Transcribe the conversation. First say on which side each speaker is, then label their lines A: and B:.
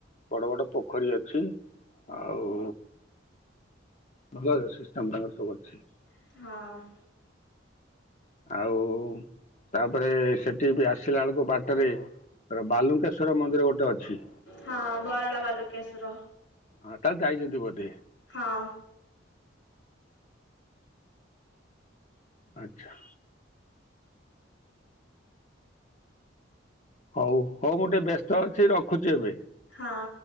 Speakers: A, on the left; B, on the left.
A: ବଡ ବଡ ପୋଖରୀ ଅଛି। ଆଉ ଭଲ ଅ ସିଷ୍ଟମ ତାଙ୍କ ସବୁ ଅଛି।
B: ହଁ।
A: ଆଉ ତାପରେ ସେଠି ବି ଆସି ଆସିଲା ବେଳକୁ ବାଟରେ ବାଲୁଙ୍କେଶ୍ବର ମନ୍ଦିର ଗୋଟେ ଅଛି।
B: ହଁ, ବରାଳ ବାଲୁଙ୍କେଶ୍ବର।
A: ହଁ, ତାହେଲେ ଯାଇଛନ୍ତି ବୋଧେ।
B: ହଁ।
A: ଆଚ୍ଛା। ହଉ ହଉ ମୁଁ ଟିକେ ବ୍ୟସ୍ତ ଅଛି ରଖୁଛି ଏବେ।
B: ହଁ।